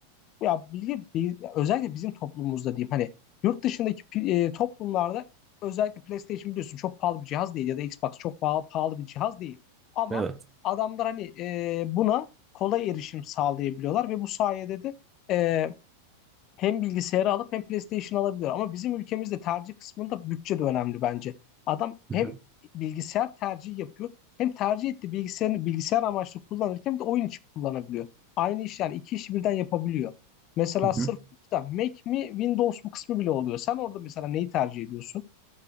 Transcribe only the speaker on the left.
Ya bili- bi- özellikle bizim toplumumuzda diyeyim hani yurt dışındaki pi- e, toplumlarda özellikle PlayStation biliyorsun çok pahalı bir cihaz değil ya da Xbox çok pahalı, pahalı bir cihaz değil. Ama
adamlar hani e, buna kolay erişim sağlayabiliyorlar ve bu sayede de e, hem bilgisayarı alıp hem PlayStation alabiliyor. Ama bizim ülkemizde tercih kısmında bütçe de önemli bence. Adam
hem
bilgisayar tercihi yapıyor hem tercih ettiği bilgisayarını bilgisayar amaçlı kullanırken bir de oyun için kullanabiliyor. Aynı iş yani iki işi birden yapabiliyor. Mesela
sırf
işte Mac mi Windows mu kısmı bile oluyor. Sen orada mesela neyi tercih ediyorsun?